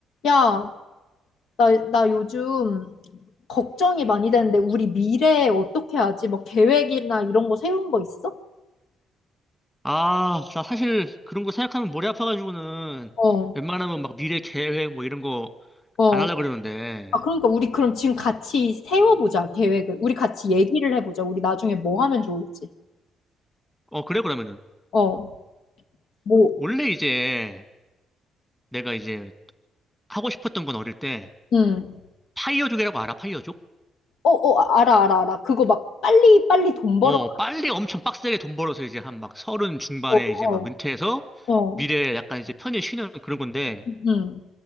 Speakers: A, on the left; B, in the centre.
A: 야, 나, 나 요즘 걱정이 많이 되는데 우리 미래에 어떻게 하지? 뭐 계획이나 이런 거 세운 거 있어?
B: 아, 나 사실 그런 거 생각하면 머리 아파가지고는
A: 어,
B: 웬만하면 막 미래 계획 뭐 이런 거
A: 어.
B: 안 하려고 그러는데.
A: 아, 그러니까 우리 그럼 지금 같이 세워보자, 계획을. 우리 같이 얘기를 해보자. 우리 나중에 뭐 하면 좋을지.
B: 어, 그래, 그러면은.
A: 어, 뭐,
B: 원래 이제 내가 이제 하고 싶었던 건 어릴 때
A: 음.
B: 파이어족이라고 알아, 파이어족?
A: 어, 어, 아, 알아, 알아, 알아. 그거 막 빨리, 빨리 돈 벌어.
B: 어, 빨리 엄청 빡세게 돈 벌어서 이제 한 막 서른 중반에
A: 어, 어,
B: 이제 막 은퇴해서
A: 어.
B: 미래에 약간 이제 편히 쉬는 그런 건데.
A: 음.